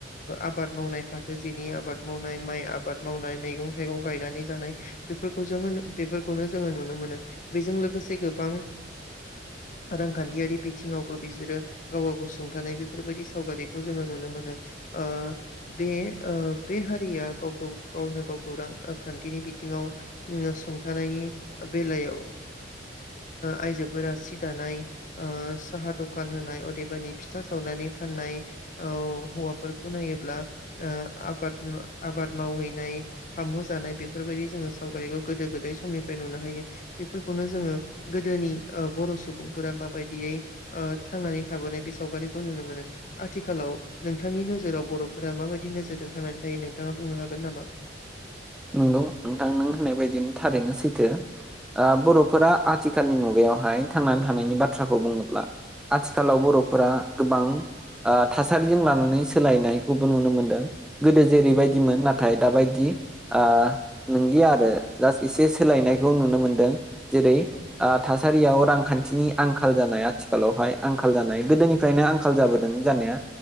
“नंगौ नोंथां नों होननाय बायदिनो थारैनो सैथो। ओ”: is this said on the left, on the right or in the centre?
Centre